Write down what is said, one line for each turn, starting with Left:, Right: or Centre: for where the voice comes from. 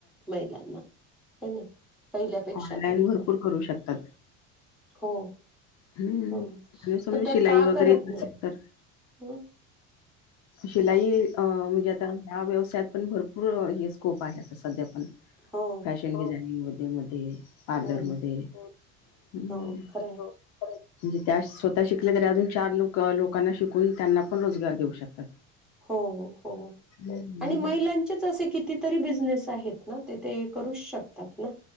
Centre: महिलांना आहे ना. पहिल्यापेक्षा
Left: ऑनलाइन
Centre: तरी
Left: भरपूर करू शकतात.
Centre: हो
Left: हम्म
Centre: हो
Left: आणि समजू
Centre: पण त्या
Left: शिलाई
Centre: का
Left: वगैरे
Centre: करत नाही
Left: च तर.
Centre: हम्
Left: शिलाई अं म्हणजे आता ह्या व्यवसायात पण भरपूर हे स्कोप आहे. सध्या आपण.
Centre: हो
Left: डिझानिंग मध्ये मध्ये पार्लर
Centre: हो ना
Left: मध्ये हो हुम
Centre: हो खरंय
Left: हो हो म्हणजे त्या स्वतः शिकले तरी अजून चार लोक लोकांना शिकून त्यांना पण रोजगार देऊ शकतात.
Centre: हो हो हो
Left: हो. हम्म
Centre: आणि महिलांचेच असे किती? किती तरी बिजनेस आहेत ना करूच शकतात ना